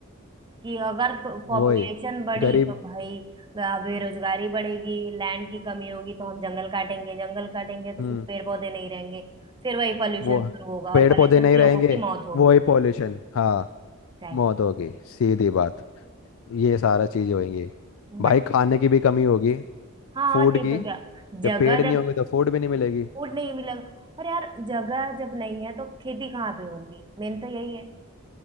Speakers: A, on the right; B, on the left.
A: कि अगर तो पॉपुलेशन
B: वही
A: बढ़ी
B: गरीब
A: तो भाई अ, बेरोजगारी बढ़ेगी लैंड की कमी होगी तो हम जंगल काटेंगे जंगल काटेंगे तो
B: हम्म
A: फिर पेड़ पौधे नहीं रहेंगे फिर वही पॉल्यूशन
B: वो
A: शुरू होगा
B: पेड़
A: और
B: पौधे
A: पॉल्यूशन
B: नहीं
A: से
B: रहेंगे
A: लोगों की मौत होगी
B: वो ही पॉल्यूशन हाँ
A: एग्जैक्टली
B: मौत होगी सीधी बात ये सारा चीज होएंगी भाई
A: बट
B: खाने की भी कमी होगी
A: हाँ
B: फूड
A: और नहीं
B: की
A: तो क्या जगह
B: जब पेड़ नहीं
A: जब
B: होंगे तो फूड भी नहीं मिलेगी
A: फूड नहीं मिलेगा और यार जगह जब नहीं है तो खेती कहाँ पे होगी मेन तो यही है